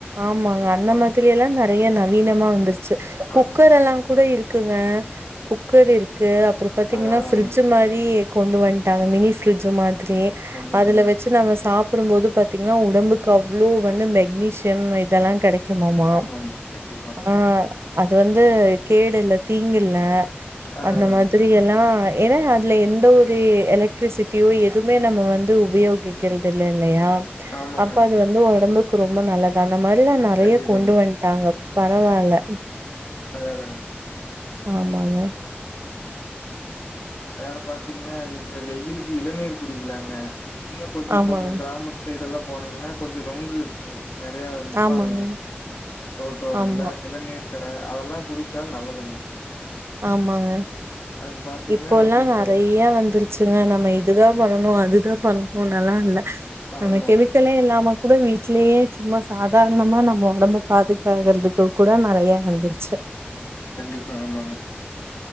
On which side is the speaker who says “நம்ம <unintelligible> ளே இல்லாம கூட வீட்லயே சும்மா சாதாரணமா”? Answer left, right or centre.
Right